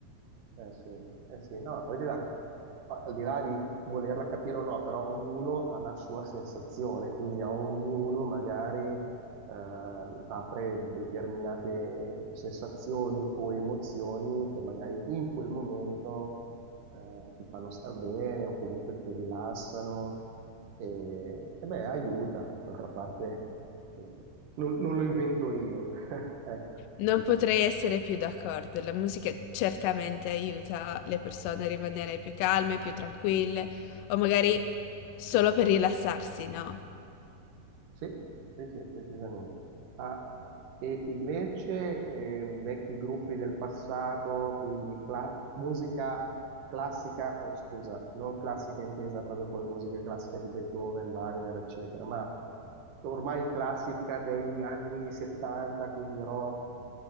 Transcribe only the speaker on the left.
Non potrei essere più d'accordo. La musica certamente aiuta le persone a rimanere più calme, più tranquille, o magari solo per rilassarsi, no?